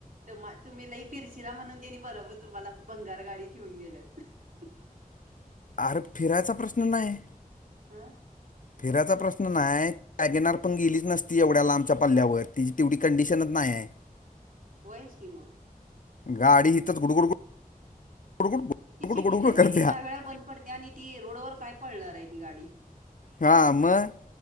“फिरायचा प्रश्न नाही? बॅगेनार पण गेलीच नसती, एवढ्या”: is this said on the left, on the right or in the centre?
Left